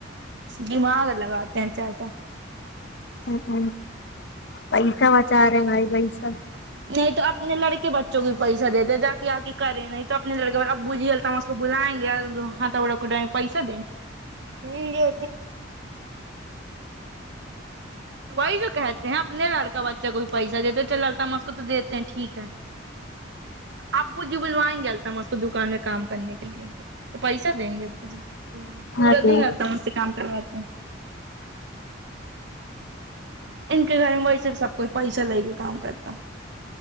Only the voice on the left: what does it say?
ہ ہ پیسہ بچا رہے ہیں بھائی پیسہ
ہاں دے